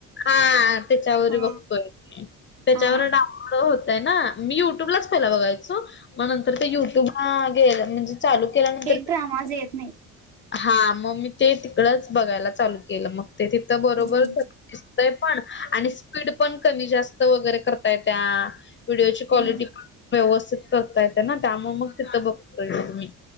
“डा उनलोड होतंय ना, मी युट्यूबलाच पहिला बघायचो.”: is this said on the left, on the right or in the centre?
Left